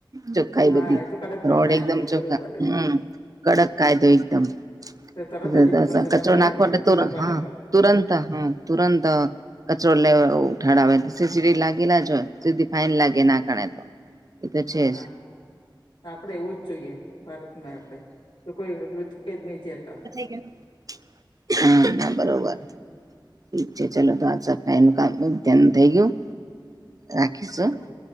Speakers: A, on the right (about 45°); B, on the left (about 85°).
A: ચોખ્ખાઈ
B: હા
A: બધી
B: એ તો કડક
A: રોડ
B: કાયદો
A: એકદમ
B: હોય
A: ચોખ્ખા
B: બરોબર
A: હમ્મ
B: હમ
A: કડક કાયદો એકદમ <unintelligible>
B: તો તરત જ એ લોકોને સજા
A: કચરો
B: મળે
A: નાખવા
B: ને
A: તુર
B: એ લોકોને
A: હા
B: તો
A: તુરંત હા તુરંત કચરો લે ઉઠાડાવે સીસીટીવી લાગેલા જ હોય સીધી ફાઈન લાગે ના ઘણે તો એ તો છે
B: હા
A: જ
B: આપડે એવું જ જોઈએ ભારતને આપડે તો કોઈ આપડે થૂકે જ નહી જેતા
A: થઈ ગેલો હા બરોબર.
B: હમ
A: ઠીક છે ચાલો તો આ સફાઈનું કામ <unintelligible> ધ્યાન થઇ ગ્યું. રાખીશું,
B: હવ